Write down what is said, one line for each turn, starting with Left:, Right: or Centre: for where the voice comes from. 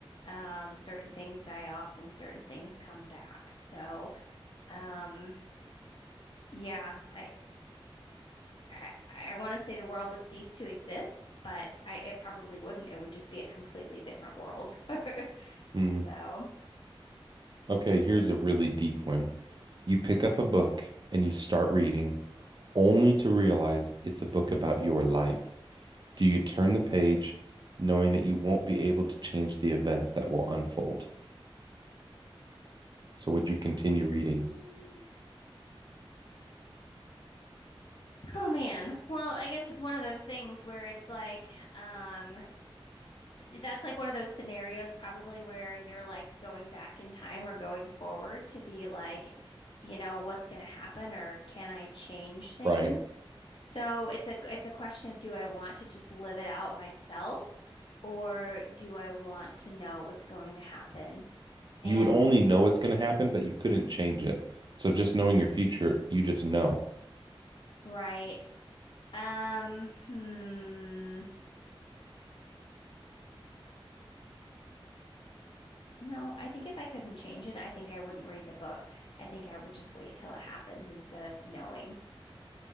Left: um, certain things die off and certain things come back. So, um, yeah, I, I, I want to say the world would cease to exist, but I, it probably wouldn't. It would just be a completely different world. <laughs>
Right: Hmm.
Left: So.
Right: Okay, here's a really deep one. You pick up a book and you start reading only to realize it's a book about your life? Do you turn the page knowing that you won't be able to change the events that will unfold? So would you continue
Left: mm,
Right: reading?
Left: Oh man. Well, I guess it's one of those things where it's like, um, that's like one of those scenarios probably where you're like going back in time or going forward to be like, you know, what's going to happen or can I change things?
Right: Right.
Left: So it's a it's a question of do I want to just live it out myself or do I want to know what's going to happen?
Right: You
Left: And
Right: would only know it's going to happen, but you couldn't change it. So just knowing your future, you just know.
Left: right. Um, hmm. No, I think if I couldn't change it, I think I wouldn't read the book. I think I would just wait till it happens instead of knowing.